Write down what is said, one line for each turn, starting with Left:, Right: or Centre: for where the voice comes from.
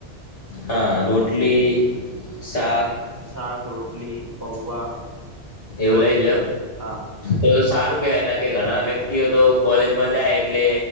Left: હા રોટલી શાક
Right: શાક રોટલી પૌવા
Left: એવું
Right: વગેરે
Left: લઈ જો
Right: વગેરે હા
Left: એમ તો સારું કેવાય નકે ઘણા વ્યક્તિઓ તો કોલેજમાં જાય એટલે